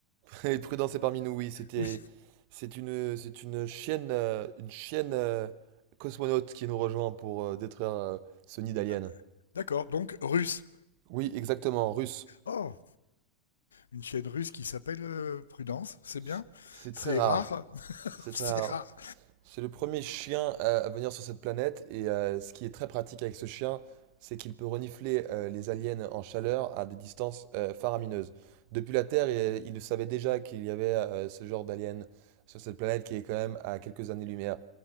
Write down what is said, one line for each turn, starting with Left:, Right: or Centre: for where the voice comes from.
Right: Et Prudence est parmi nous, oui, c'était,
Left: Oui.
Right: c'est une, c'est une chienne, euh, une chienne euh, cosmonaute qui nous rejoint pour euh, détruire euh, ce nid d'alien.
Left: Ah, D'accord, donc russe.
Right: Oui, exactement, russe.
Left: Oh, une chienne russe qui s'appelle euh, Prudence, c'est
Right: C-
Left: bien.
Right: C'est
Left: C'est
Right: très rare,
Left: rare, <laughs>
Right: c'est
Left: c'est
Right: très rare.
Left: rare.
Right: C'est le premier chien à, à venir sur cette planète et euh, ce qui est très pratique avec ce chien, c'est qu'il peut renifler euh, les aliens en chaleur à des distances euh, faramineuses. Depuis la Terre, il, il savait déjà qu'il y avait euh, ce genre d'alien sur cette planète qui est quand même à quelques années-lumière.